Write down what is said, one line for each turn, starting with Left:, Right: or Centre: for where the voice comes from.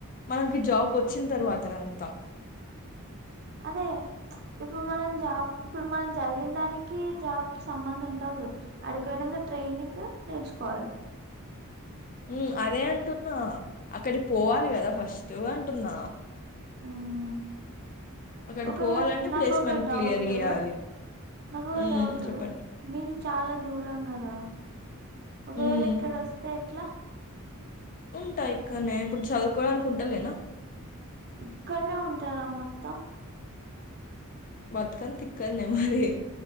Left: మనకి జాబ్ వచ్చిన తర్వాత అదంతా
Right: అదే ఇప్పుడు మనం జాబ్ ఇప్పుడు మనం చదివిన దానికి జాబ్ కి సంబంధం ఉండదు అ కొనంగా ట్రైనింగ్ నేర్చుకోవాలి
Left: ఉమ్ అదే అంటున్నా అక్కడికి పోవాలి కదా ఫస్ట్ అంటున్నా
Right: ఆమ్
Left: అక్కడికి
Right: ఒకవేళ
Left: పోవాలంటే
Right: నాకు
Left: ప్లేస్‌మెంట్
Right: ఒక డౌట్
Left: క్లియర్ చేయాలి.
Right: నాకు ఒక
Left: హ్మ్.
Right: డౌట్
Left: చెప్పండి.
Right: మీది చాలా దూరం కదా ఒక
Left: హ్మ్.
Right: వేళ ఇక్కడ వస్తే ఎట్లా
Left: ఉంటా ఇక్క న ఇప్పుడు చదువుకోవాలనుకుంటానా
Right: ఇక్కడనే ఉంటారా మొత్తం
Left: బతుకని తిక్కనే మరి